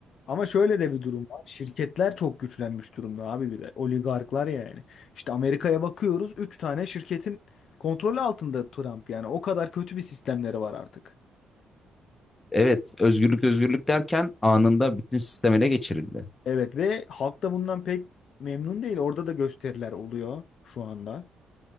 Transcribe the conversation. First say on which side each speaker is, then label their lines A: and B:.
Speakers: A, on the left; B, on the left.
A: Ama şöyle de bir durum var. Şirketler çok güçlenmiş durumda abi bir de. Oligarklar yani. İşte Amerika'ya bakıyoruz. Üç tane şirketin kontrolü altında Trump yani. O kadar kötü bir sistemleri var artık.
B: Evet, özgürlük özgürlük derken anında bütün sistem ele geçirildi.
A: Evet ve halk da bundan pek memnun değil. Orada da gösteriler oluyor şu anda.